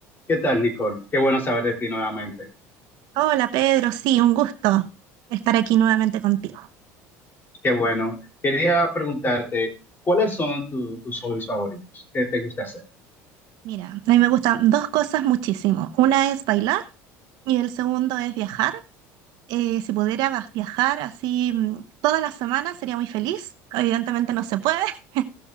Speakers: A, on the left; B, on the right.
A: ¿Qué tal, Nicole? Qué bueno saber de ti nuevamente.
B: Hola Pedro, sí, un gusto estar aquí nuevamente contigo.
A: Qué bueno. Quería preguntarte, ¿cuáles son tu- tus hobbies favoritos? ¿Qué te gusta hacer?
B: Mira, a mí me gustan dos cosas muchísimo. Una es bailar y el segundo es viajar. Eh, si pudiera va- viajar así mm, todas las semanas sería muy feliz. Evidentemente no se puede, <laughs>